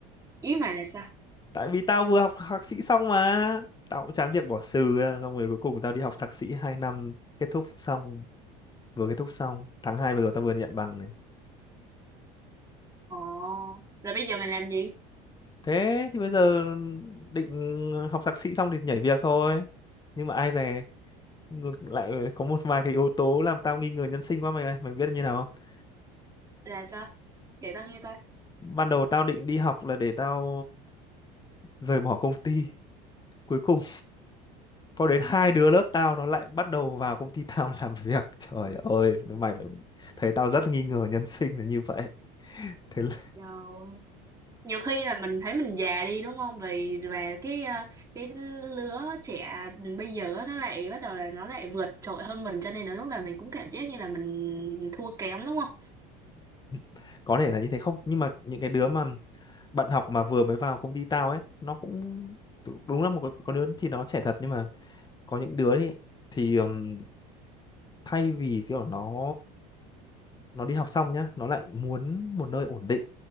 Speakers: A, on the right; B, on the left.
A: ý mày là sao
B: tại vì tao vừa học thạc sĩ xong mà tao cũng chán việc bỏ xừ ra. xong rồi cuối cùng tao đi học thạc sĩ 2 năm kết thúc xong vừa kết thúc xong tháng 2 vừa rồi tao vừa nhận bằng này
A: Ồ. là bây giờ mày làm gì
B: thế thì bây giờ định học thạc sĩ xong thì nhảy việc thôi nhưng mà ai dè ngược lại có một vài cái yếu tố làm tao nghi ngờ nhân sinh quá mày ơi mày biết là như nào không
A: là sao kể tao nghe coi
B: ban đầu tao định đi học là để tao rời bỏ công ty cuối cùng có đến hai đứa lớp tao nó lại bắt đầu vào công ty <laughs> tao làm việc trời ơi mày phải- thấy tao rất nghi ngờ nhân sinh là như vậy thế là,
A: nhiều nhiều khi là mình thấy mình già đi đúng không vì và cái ờ, cái lứa trẻ bây giờ á, nó lại bắt đầu là nó lại vượt trội hơn mình cho nên là lúc nào mình cũng cảm giác như là mình thua kém đúng không
B: <laughs> có thể là như thế không nhưng mà những cái đứa mà bạn học mà vừa mới vào công ty tao ấy nó cũng đúng là một cái- có đứa thì nó trẻ thật nhưng mà có những đứa thì thì ừm, thay vì kiểu nó nó đi học xong nhá nó lại muốn một nơi ổn định